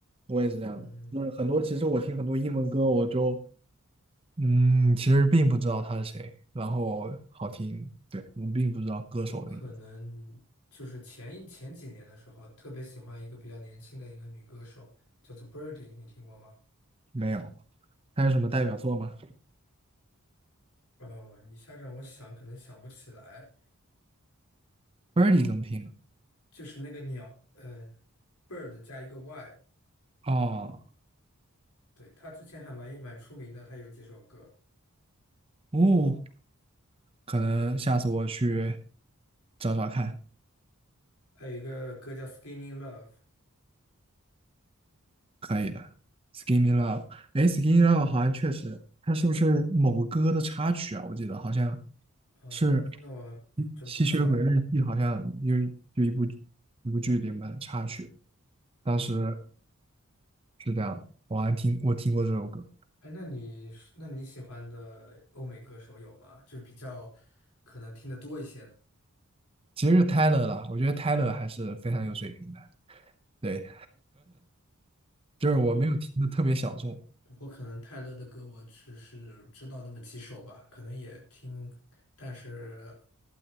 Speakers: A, on the right; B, on the left.
A: 我也是这样的，
B: 嗯，
A: 就是很多，其实我听很多英文歌，我就嗯，其实并不知道他是谁，然后好听，对，我并不知道歌手的名字，
B: 我可能就是前一前几年的时候，特别喜欢一个比较年轻的一个女歌手，叫做 Birdy，你听过吗？
A: 没有。他有什么代表作吗
B: 哦，一下让我想，可能想不起来。
A: ？Birdy 怎么拼啊？
B: 就是那个鸟，嗯，bird 加一个 y，
A: 哦，
B: 对，他之前还蛮蛮出名的，他有几首歌，
A: 哦，可能下次我去找找看，
B: 还有一个歌叫《Skinny Love》，
A: 可以的。Skinny Love，哎，Skinny Love 好像确实，它是不是某个歌的插曲啊？我记得好像
B: 嗯，
A: 是
B: 那那我还真不知道，
A: 吸血鬼日记》，好像有有一部一部剧里面的插曲，当时
B: 嗯，
A: 是这样的，我还听我听过这首歌，
B: 哎，那你是那你喜欢的欧美歌手有吗？就是比较可能听得多一些的。
A: 其实是 Tyler 啦，我觉得 Tyler 还是非常有水平的，对，就是我没有听的特别小众，
B: 我我可能泰勒的歌我只是知道那么几首吧，可能也听，但是